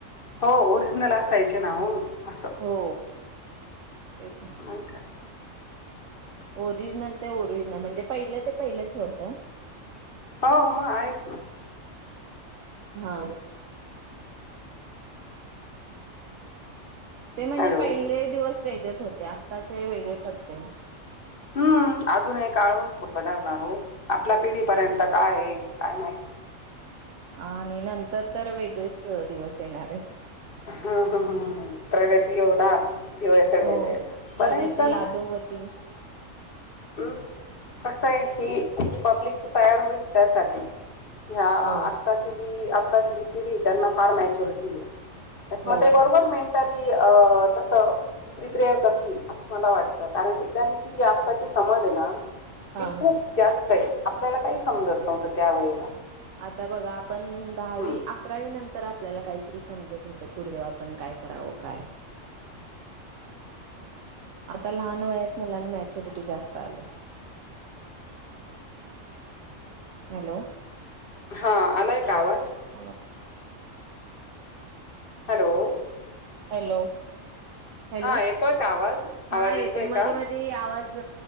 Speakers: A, on the left (about 45°); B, on the right (about 70°).
A: हो... ओरिजनल असायचे ना हो, असं
B: हो, तेच ना
A: मग काय?
B: ओरिजनल ते ओरिजनल... म्हणजे पहिलं ते पहिलंच होतं
A: हो... मग आहेच ना
B: हा. ते म्हणजे...
A: अरे हो
B: पहिले दिवस वेगळेच होते, आत्ताचे वेगळे पडते
A: हम्म... अजूनही काळ भरपूर बदलणार हो... आपल्या पिढीपर्यंत काय ए... काय माहित
B: आणि नंतर तर वेगळेच दिवस येणार येत
A: हम्म... ह ह हं... प्रगती होणार, दिवस वेगळे
B: हो
A: येणार... बरं
B: प्रगती
A: ए... चला
B: <unintelligible>
A: हम्म... कसं ए... ही, ही पब्लिक तर तयार होईल त्यासाठी ह्या...
B: हो
A: आत्ताची जी... आत्ताची जी पिढी ए... त्यांना फार मॅच्युरिटी ए <unintelligible>
B: हो
A: मग ते बरोबर
B: हो
A: मेंटली अ... तसं प्रिप्रेयर करतील, असं मला वाटतं. कारण की त्यांची जी आताची समज हे ना,
B: हा
A: ती खूप
B: हा
A: जास्त ए... आपल्याला काही समजत नव्हतं त्यावेळेला
B: आता बघा, आपण दहावी
A: हं.
B: आक अकरावी नंतर, आपल्याला काहीतरी समजत होतं. पुढं आपण काय करावं, काय आता लहान वयात मुलांना, मॅच्युरिटी जास्त आली. हॅलो
A: हा... आलाय का आवाज?
B: आला.
A: हॅलो
B: हॅलो हॅलो
A: हां येतोय का आवाज? आवाज
B: हा येतोय मध्ये
A: का?
B: मध्ये ते आवाज